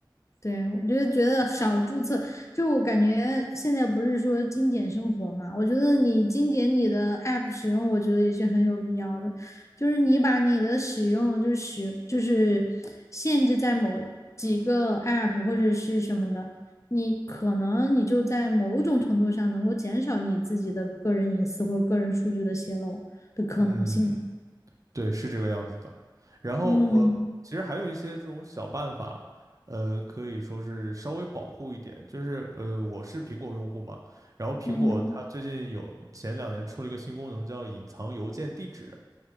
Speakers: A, on the left (about 35°); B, on the right (about 45°).
A: 对，我就是觉得少注册，就我感觉现在不是说精简生活嘛，我觉得你精简你的 app 使用，我觉得也是很有必要的。就是你把你的使用，就是使，就是限制在某几个 app 或者是什么的，你可能你就在某种程度上能够减少你自己的个人隐私或个人数据的泄露的可能性。
B: 嗯，对，是这个样子的。然后呃，
A: 嗯
B: 其实还有一些这种小办法，呃，可以说是稍微保护一点。就是呃，我是苹果用户嘛，然后苹果它最近有前两年出了一个新功能，
A: 嗯，
B: 叫隐藏邮件地址。